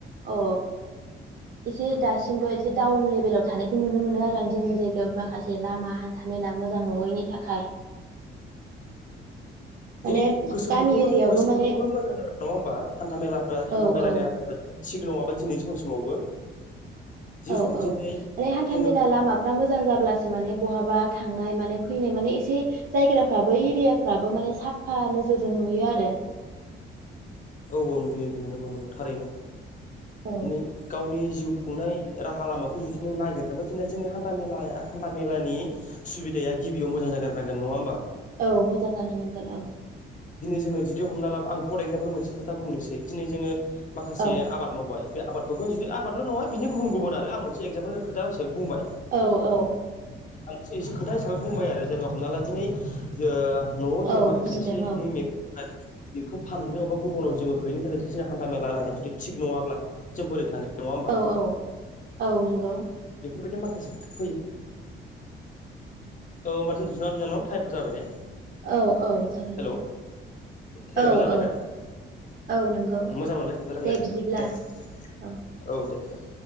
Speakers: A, on the right; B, on the left.
A: औ एसे दासिमबो दाउन लेबेल थानायखौ नुनो मोनो आरो आं जोंनि जायगायाव माखासे लामा हान्थाामेला मोजां नङैनि थाखाय <inaudible> माने
B: दिनै गोसोफोरखौबो
A: गामि एरियायावबो
B: गोसोफोरखौबो
A: माने
B: मोजां नङा होमबा हान्था मेलाफ्रा
A: औ
B: हान्था मेलानि
A: औ
B: राहाफ्रा बिदि थिग नङाबा दिनै समसिमावबो जि
A: औ औ
B: दिनै
A: माने हान्था
B: जोङो
A: मेला लामाफ्रा मोजां जाब्ला। माने बहाबा थांनाय माने फैनाय माने नायग्राफोराबो एरिया फ्राबो माने साफा नोजोरजों नुयो आरो।
B: औ औ नुयो नुयो नंगौ नंगौ थारैनो।
A: औ
B: दिनै गावनि-' जिउ खुंनाय राहा लामाखौ जुदि नों नागिरनोबा दिनै जोंनि हान्थ माया हान्था मेलानि सुबिदा दै गिबियाव मोां जोनारांगोन नङा होमबा?
A: औ मोजां जाग्रोनांगोन औ।
B: दिनै जोङो जदि हमना ला आं फर एगजामपोल मोनसे खोथा बुंनोसै दिनै जोङो माखासे
A: औ
B: आबाद मावबाय बे आबादफोरखौ जुदि आादल' नङा बिनि गुबुन गुबुन आरो आं मोनसे एक्जाम्पोलनि खोथा हिसाबै बुंबाय
A: औ औ।
B: आं एसे एसे खोथा हिसाबै बुंबाय आरो जो जेनेबा हमना ला दिनै जो न'आव जोङो
A: औ
B: माखासे
A: बुजिदों
B: एसे
A: औ
B: <unintelligible> बेखौ फानहैनो अबा गुबुनाव जोङो हैनो थाखाय जु जोंनि हान्था मेला राहाया जुदि थिग नङाब्ला जों बोरै थांगोन। नङा होमबा
A: औ औ औ नंगौ।
B: बेफोरबायदि माखासे खोथा फैयो। औ होमबा दोनथ'सै ना बिनानाव टाइमाबो जाबाय ने?
A: औ औ जागोन
B: हेलौ
A: दे
B: टाइमाबो
A: औ
B: जाबायना?
A: औ औ नंगौ
B: मोजां मोनबाय खिन्थु रायलाय
A: दे बिदिब्ला
B: <unintelligible>
A: औ
B: औ दे औ